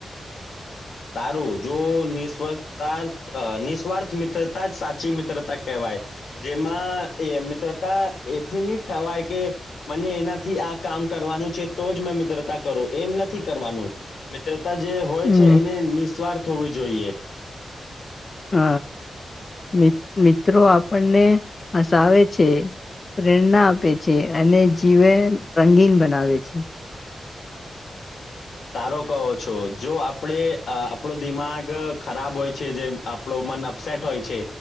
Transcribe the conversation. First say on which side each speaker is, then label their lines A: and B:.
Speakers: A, on the left; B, on the left.
A: તારું જો નિસ્ર્થથ નિસ્વાર્થ મિત્રતા જ સાચી મિત્રતા કહેવાય જેમાં એ મિત્રતા એથી ન થવાય કે મને એનાથી આ કામ કરવાનું છે તો જ મેં મિત્રતા કરું એમ નથી કરવાનું મ્ર જે હોય
B: હમ
A: છે નિસ્વાર્થ હોવીું જોઈએ
B: હ મ મિત્રો આપણને હસાવે છે પ્રેરણા આપે છે અને જીવેન રંગીન બનાવે છે
A: સારો કહો છો જો આપણેે અ આપણો દિમાગ ખરાબ હોય છે જેમ આપણો મન અપસેટ હોય છે